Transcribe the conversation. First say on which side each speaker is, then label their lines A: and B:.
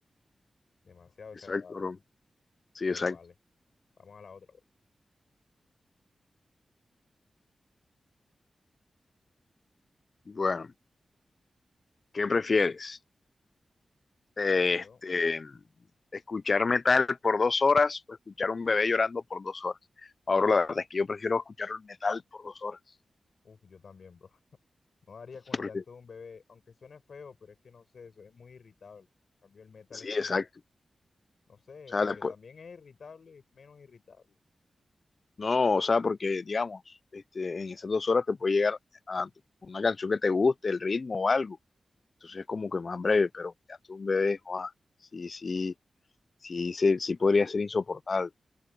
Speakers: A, on the left; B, on the left.
A: demasiado desagradable.
B: Exacto, Roma. Sí,
A: Pero
B: exacto.
A: vale, vamos a la otra, bro.
B: Bueno, ¿qué prefieres?
A: Sí.
B: Eh,
A: Sí, bro.
B: Este, escuchar metal por dos horas o escuchar un bebé llorando por dos horas. Ahora, la verdad es que yo prefiero escuchar un metal por dos horas,
A: Uf, yo también, bro. No daría con
B: porque
A: el llanto de un bebé, aunque suene feo, pero es que no sé, eso es muy irritable. En cambio, el metal
B: sí,
A: es como,
B: exacto.
A: no sé,
B: O sea,
A: aunque
B: después
A: también es irritable, es menos irritable.
B: No, o sea, porque digamos, este, en esas dos horas te puede llegar a una canción que te guste, el ritmo o algo. Entonces es como que más breve, pero ya tú un bebé, joa, sí, sí, sí, sí, sí podría ser insoportable.